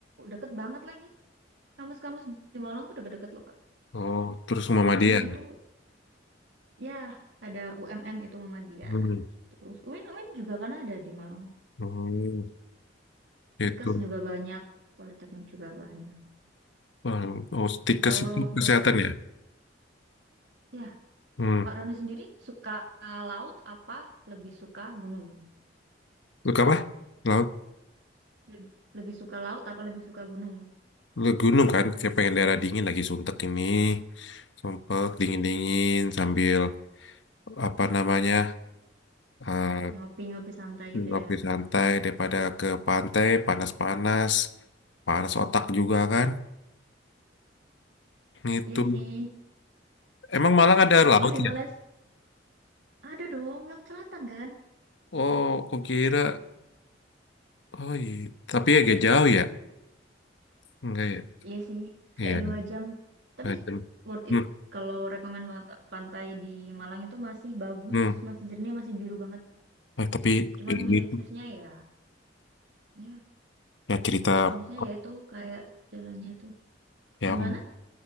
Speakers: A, on the right; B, on the left.
A: deket banget lagi. Kampus-kampus di Malang tuh deket-deket loh, Kak.
B: Oh, terus Muhammadiyah.
A: Semuanya tuh Ya, ada UMM itu Muhammadiyah.
B: Hmm.
A: Terus UIN UIN juga kan ada di Malang.
B: hmm, Itu.
A: Tikes juga banyak, Politeknik juga banyak.
B: Oh, oh, stikes
A: Kalau
B: itu kesehatan ya?
A: ya,
B: Hmm.
A: kalau Kak Roni sendiri suka laut apa lebih suka gunung?
B: Lu apa? Laut?
A: Leb- Lebih suka laut apa lebih suka gunung?
B: Ke gunung kan, saya pengen daerah dingin lagi suntek ini. Sumpek, dingin-dingin sambil apa namanya eh,
A: Ngopi-ngopi santai gitu
B: ngopi
A: ya.
B: santai daripada ke pantai panas-panas panas otak juga kan itu
A: Iya sih.
B: emang Malang ada
A: Tapi
B: laut
A: kalau di
B: ya
A: Malaysia ada dong laut selatan kan?
B: oh aku kira oh iya tapi agak jauh ya enggak ya
A: Iya sih,
B: iya
A: kayak dua jam. Tapi
B: enggak jauh.
A: worth
B: hmm.
A: it kalau rekomen banget Kak. Pantai di Malang itu masih bagus,
B: hmm.
A: masih jernih, masih biru banget.
B: Eh, tapi
A: Cuman
B: ini
A: minusnya
B: tuh
A: ya, ya
B: ya cerita
A: minusnya ya itu kayak jalannya tuh.
B: ya
A: Gimana?